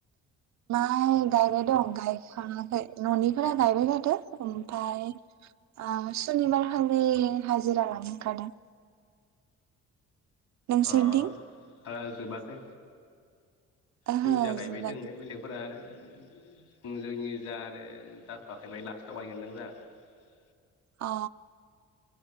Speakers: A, on the right; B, on the left.
A: माइ गायबाय दं गायखांआखै न'निफोरा गायबाय थादो ओमफाय ओ सुनिबार खालि हाजिरा लानो ओंखारादों । नोंसोरनिथिं
B: अ ओ जोबाखै
A: ओहो
B: जोंजा गायबाय
A: जोबाखै
B: दोङो बेलेगफोरा आरो उम जों जोंनि जा आरो जाथ'वाखै बा लास्टआव गायगोनदां जाहा
A: अ